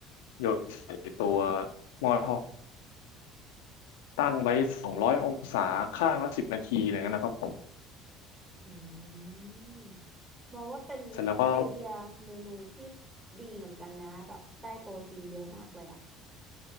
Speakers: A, on the left (about 85°); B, on the right (about 20°).
A: โยนใส่ไอ้ตัวหม้อทอด ตั้งไว้สองร้อยองศาข้างละสิบนาทีอะไรเงี้ยนะครับผม
B: อืมมองว่าเป็นไอเดียเมนูที่
A: เสร็จแล้วก็
B: ดีเหมือนกันนะแบบได้โปรตีนเยอะมากเลยอ่ะ